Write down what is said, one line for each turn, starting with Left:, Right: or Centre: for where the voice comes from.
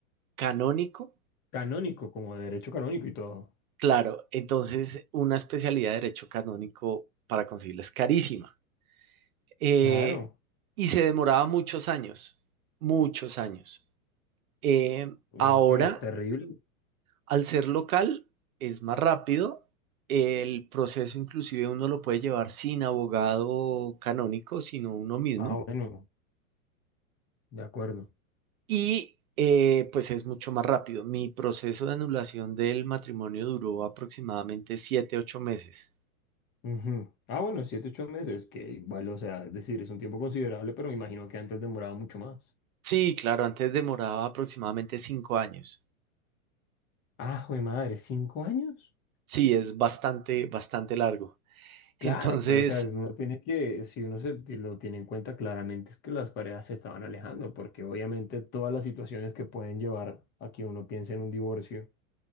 Right: canónico.
Left: canónico, como de derecho canónico y todo.
Right: Claro, entonces una especialidad de derecho canónico para conseguirla es carísima. Eh,
Left: Claro,
Right: y se demoraba muchos años, muchos años. Eh,
Left: Oh,
Right: ahora,
Left: pero terrible.
Right: al ser local, es más rápido. El proceso inclusive uno lo puede llevar sin abogado canónico, sino uno mismo.
Left: Ah, bueno, de acuerdo.
Right: y eh, pues es mucho más rápido. Mi proceso de anulación del matrimonio duró aproximadamente siete, ocho meses.
Left: Ujú. Ah, bueno, siete, ocho meses, que igual, o sea, es decir, es un tiempo considerable, pero me imagino que antes demoraba mucho más.
Right: Sí, claro, antes demoraba aproximadamente cinco años.
Left: Ah, jue madre, ¿cinco años?
Right: Sí, es bastante, bastante largo. <laughs>
Left: Claro,
Right: Entonces,
Left: pero o sea, uno tiene que, si uno se ti- lo tiene en cuenta claramente, es que las parejas se estaban alejando, porque obviamente todas las situaciones que pueden llevar a que uno piense en un divorcio